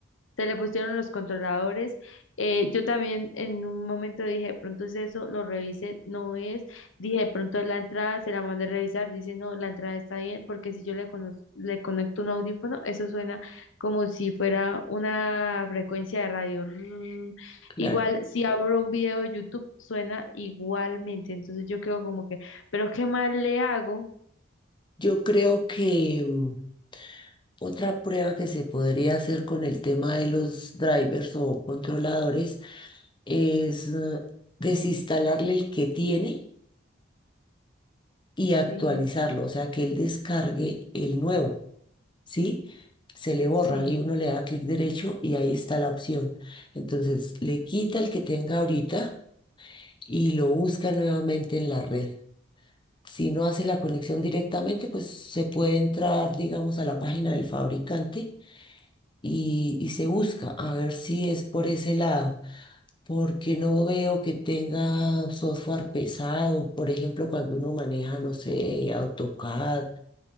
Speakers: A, on the left (about 80°); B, on the left (about 25°).
A: se le pusieron los controladores. Eh, yo también en un momento dije, de pronto es eso, lo revisé, no es. Dije, de pronto es la entrada, se la mandé a revisar, dice, no, la entrada está bien, porque si yo le, cono- le conecto un audífono, eso suena como si fuera una frecuencia de radio. Rrrr.
B: claro.
A: Igual, si abro un video de YouTube, suena igualmente. Entonces yo quedo como que, pero ¿qué más le hago?
B: Yo creo que mm, otra prueba que se podría hacer con el tema de los drivers o controladores es eh, desinstalarle el que tiene y
A: Sí,
B: actualizarlo, o sea, que él descargue el nuevo. ¿sí? Se le borra
A: Sí,
B: y uno le da clic derecho y ahí está la opción. Entonces, le quita el que tenga ahorita y lo busca nuevamente en la red. Si no hace la conexión directamente, pues se puede entrar, digamos, a la página del fabricante y, y se busca a ver si es por ese lado, porque no veo que tenga software pesado, por ejemplo, cuando uno maneja, no sé, AutoCAD.